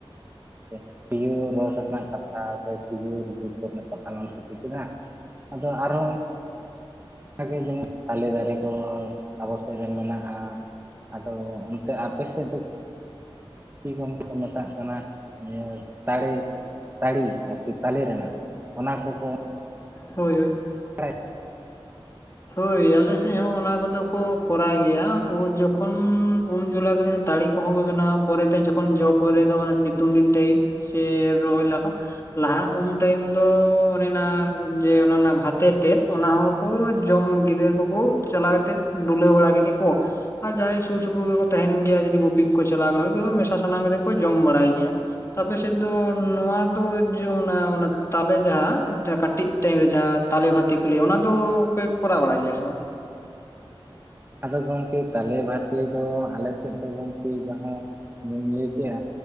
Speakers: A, on the right (about 25°); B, on the left (about 30°).
A: ᱜᱮ ᱠᱷᱤᱡᱩᱨ ᱨᱚᱥ ᱨᱮᱱᱟᱜ ᱠᱟᱛᱷᱟ ᱥᱮ, ᱠᱷᱤᱡᱩᱨ ᱜᱩᱲ ᱠᱚᱨᱮᱱᱟᱜ ᱠᱟᱛᱷᱟ ᱞᱟᱝ ᱛᱷᱩᱛᱤ ᱠᱮᱫᱟ᱾ ᱟᱫᱚ ᱟᱨᱦᱚᱸ ᱟᱜᱮ ᱡᱮᱢᱚᱱ ᱛᱟᱞᱮ ᱫᱟᱨᱮ ᱠᱚ ᱟᱵᱚ ᱥᱮᱫ ᱨᱮ ᱢᱮᱱᱟᱜᱼᱟ᱾ ᱟᱫᱚ ᱚᱱᱛᱮ ᱟᱯᱮ ᱥᱮᱫ ᱫᱚ ᱛᱤ ᱜᱚᱢᱠᱮ ᱠᱚ ᱢᱮᱛᱟᱜ ᱠᱟᱱᱟ ᱤᱭᱟᱹ ᱛᱟᱲᱮ᱾ ᱛᱟᱹᱲᱤ ᱟᱨᱠᱤ ᱛᱟᱞᱮ ᱨᱮᱱᱟᱜ ᱚᱱᱟ ᱠᱚᱠᱚ
B: ᱦᱳᱭ, ᱦᱳᱭ
A: ᱯᱨᱟᱤᱥ
B: ᱦᱳᱭ ᱟᱞᱮᱥᱮᱫ ᱦᱚᱸ ᱚᱱᱟ ᱠᱚᱫᱚ ᱠᱚ ᱠᱚᱨᱟᱣ ᱜᱮᱭᱟ ᱡᱚᱠᱷᱚᱱ ᱩᱢ ᱡᱚᱞᱟ ᱠᱟᱛᱮ ᱛᱹᱟᱲᱮ ᱠᱚᱦᱚᱸ ᱠᱚ ᱵᱮᱱᱟᱣᱟ ᱯᱚᱨᱮᱛᱮ ᱡᱚᱠᱷᱚᱱ ᱡᱚ ᱯᱚᱨᱮ ᱫᱚ ᱥᱤᱛᱩᱝ ᱫᱤᱱ ᱴᱟᱭᱤᱯ, ᱥᱮ ᱨᱚᱦᱚᱭ ᱞᱟᱜᱟᱜ ᱞᱟᱦᱟ ᱩᱢ ᱴᱟᱭᱤᱢ ᱫᱚ ᱚᱱ-ᱚᱱᱮᱱᱟ ᱡᱮ ᱚᱱᱟ ᱨᱮᱱᱟᱜ ᱵᱷᱟᱛᱮ ᱛᱮᱫ ᱚᱱᱟ ᱦᱚᱸᱠᱚ ᱡᱚᱢ ᱜᱤᱫᱟᱹᱨ ᱠᱚᱠᱚ ᱪᱟᱞᱟᱣ ᱠᱟᱛᱮᱫ ᱰᱩᱞᱟᱹᱣ ᱵᱟᱲᱟ ᱠᱮᱫ ᱜᱮ ᱠᱚ ᱟᱨ ᱡᱟᱦᱟᱸᱭ ᱥᱩᱨ ᱥᱩᱯᱩᱨ ᱨᱮᱠᱚ ᱛᱟᱦᱮᱸᱱ ᱜᱮᱭᱟ ᱡᱩᱫᱤ ᱜᱩᱯᱤ ᱠᱚ ᱪᱟᱞᱟᱣᱠᱟᱱ ᱩᱱᱠᱩ ᱢᱮᱥᱟ ᱥᱟᱱᱟᱢ ᱠᱟᱛᱮᱫ ᱠᱚ ᱡᱚᱢ ᱵᱟᱲᱟᱭ ᱜᱮᱭᱟ᱾ ᱟᱯᱮᱥᱮᱫ ᱫᱚ ᱱᱚᱣᱟ ᱫᱚ ᱡᱮ ᱚᱱᱟ ᱚᱱᱟ ᱛᱟᱞᱮ ᱡᱟᱦᱟᱸ ᱠᱟᱹᱴᱤᱡ ᱴᱟᱭᱤᱢ ᱨᱮ ᱡᱟᱦᱟᱸ ᱛᱟᱞᱮ ᱵᱷᱟᱛᱤ ᱠᱩᱞᱮ ᱚᱱᱟ ᱫᱚᱯᱮ ᱠᱚᱨᱟᱣ ᱵᱟᱲᱟᱭ ᱜᱮᱭᱟ ᱥᱮ ᱵᱟᱝ?
A: ᱟᱫᱚ ᱜᱚᱢᱠᱮ ᱛᱟᱞᱮ ᱵᱷᱟᱛᱮ ᱫᱚ ᱟᱞᱮ ᱥᱮᱫ ᱫᱚ ᱜᱚᱢᱠᱮ ᱡᱟᱦᱟᱸ ᱤᱧ ᱞᱟᱹᱭ ᱠᱮ-ᱟ᱾